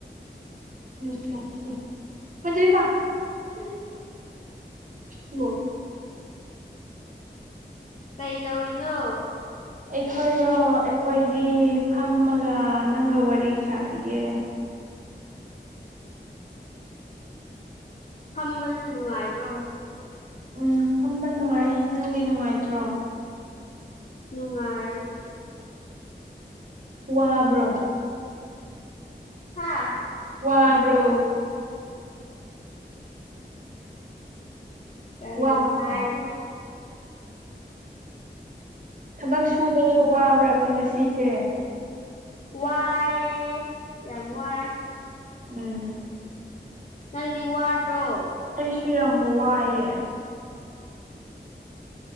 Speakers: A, on the right (about 50°); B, on the left (about 45°).
A: <unintelligible>
B: ꯀꯩ ꯇꯧꯔꯤꯅꯣ꯫
A: ꯑꯩꯈꯣꯏꯔꯣ ꯑꯩꯈꯣꯏꯗꯤ ꯐꯝꯃꯒ ꯅꯪꯒ ꯋꯥꯔꯤ ꯁꯥꯔꯤꯌꯦ꯫
B: ꯍꯝꯕꯁꯨ ꯅꯨꯡꯉꯥꯏꯕ꯭ꯔꯣ꯫
A: ꯎꯝ ꯐꯝꯕ ꯅꯨꯡꯉꯥꯏ ꯅꯪꯗꯤ ꯅꯨꯡꯉꯥꯏꯇ꯭ꯔꯣ꯫
B: ꯅꯨꯡꯉꯥꯏ꯫
A: ꯋꯥꯕ꯭ꯔꯣ
B: ꯍꯥꯥ
A: ꯋꯥꯕ꯭ꯔꯣ
B: ꯀꯔꯤ
A: ꯋꯥꯕ꯭ꯔꯥ
B: ꯍꯥꯏ
A: ꯊꯕꯛ ꯁꯨꯕꯗ ꯋꯥꯕ꯭ꯔꯕ ꯉꯁꯤꯁꯦ
B: ꯋꯥꯏ ꯌꯥꯝ ꯋꯥꯏ
A: ꯎꯝ
B: ꯅꯪꯗꯤ ꯍ ꯋꯥꯗ꯭ꯔꯣ
A: ꯑꯩꯁꯨ ꯌꯥꯝ ꯋꯥꯏꯑꯦ